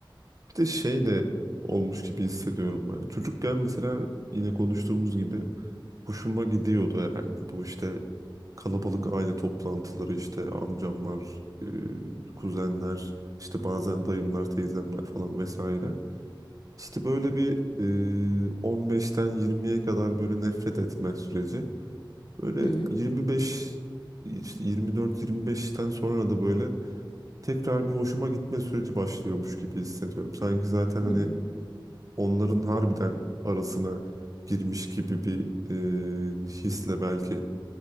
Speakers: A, on the right; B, on the left.
A: Bir de şey de olmuş gibi hissediyorum ben. Çocukken mesela yine konuştuğumuz gibi hoşuma gidiyordu herhalde. Bu işte kalabalık aile toplantıları işte amcamlar, e, kuzenler, işte bazen dayımlar, teyzemler falan vesaire. İşte böyle bir e, 15'ten 20'ye kadar böyle nefret etme süreci. Böyle
B: Hı hı.
A: 25 işte 24-25'ten sonra da böyle tekrar bir hoşuma gitme süreci başlıyormuş gibi hissediyorum. Sanki zaten hani
B: Hı hı.
A: onların harbiden arasına girmiş gibi bir e, hisle belki